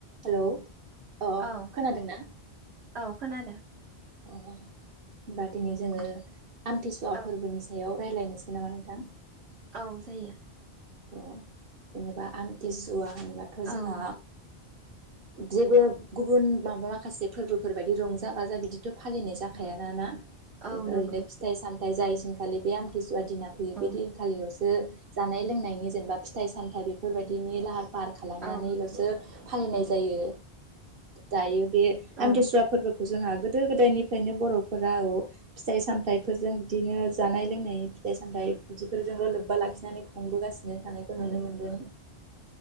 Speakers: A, on the right (about 60°); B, on the right (about 80°).
A: हेलौ अ
B: औ
A: खोनादों ना?
B: औ खोनादो।
A: अ होनबा दिनै जोङो आमथिसुवा
B: औ
A: फोर्बोनि सा सायाव रायज्लायनोसै नामा नोंथां?
B: औ जायो।
A: अ जेनेबा आमथिसुवा होनोबाथ' जोंहा
B: औ
A: जेबो गुबुन माबा माखासे फोर्बोफोर बायदि रंजा बाजा बिदिथ' फालिनाय जाखायाना ना
B: औ नंगौ
A: ओरैनो फिथाइ सामथाय जायैसिनखालि बे आमथिसुवा दिना फैयो बिदिन
B: औ
A: खालिल'सो जानाय लोंनायनि जेनेबा फिथाइ सामथाइ बेफोरबायदिनि लाहार पार खालामनानैल'सो
B: औ
A: फालिनाय जायो दायो बे
B: औ
A: आमथिसुवा खौ जोंहा गोदो गोदायनिफ्रायनो बर'फोरा अ फिथाइ सामथाइफोरजों बिदिनो जानाय लोंनाय फिथाइ सामथाइ बिदिफोरजोंल' लोब्बा लाखिनानै खुंबोगासिनो थानायखौ नुनो मोनदों।